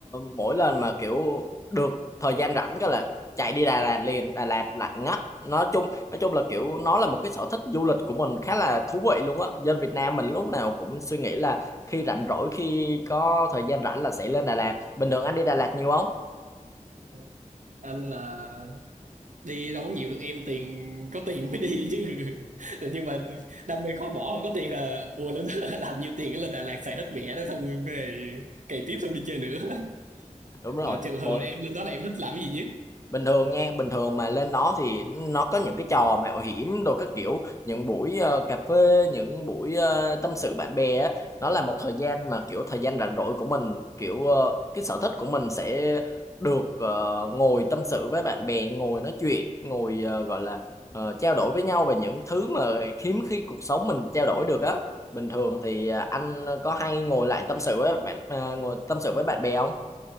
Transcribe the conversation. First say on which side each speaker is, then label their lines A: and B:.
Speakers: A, on the left; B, on the right.
A: mỗi lần mà kiểu được thời gian rảnh cái là chạy đi Đà Lạt liền, Đà Lạt lạnh ngắt. Nói chung, nói chung là kiểu nó là một cái sở thích du lịch của mình khá là thú vị luôn á. Dân Việt Nam mình lúc nào cũng suy nghĩ là khi rảnh rỗi khi có thời gian rảnh là sẽ lên Đà Lạt. Bình thường anh đi Đà Lạt nhiều không?
B: <laughs> anh là đi đâu có nhiều được em tiền có tiền mới đi chứ <laughs> nhưng mà đam mê khó bỏ không có tiền là ùa lên <laughs> làm nhiều tiền cái lên Đà Lạt xài hết mẹ đó xong rồi về cày tiếp xong đi chơi nữa <laughs>
A: Đúng rồi,
B: mà trường hợp
A: mỗi
B: em lên đó là em thích làm cái gì nhất
A: bình thường nha bình thường mà lên đó thì nó có những cái trò mạo hiểm đồ các kiểu những buổi ờ, cà phê những buổi ờ, tâm sự bạn bè á nó là một thời gian mà kiểu thời gian rảnh rỗi của mình kiểu ờ, cái sở thích của mình sẽ được ờ, ngồi tâm sự với bạn bè ngồi nói chuyện ngồi ờ, gọi là ờ, trao đổi với nhau về những thứ mà hiếm khi cuộc sống mình trao đổi được á bình thường thì ờ, anh có hay ngồi lại tâm sự với bạn ờ, ngồi tâm sự với bạn bè không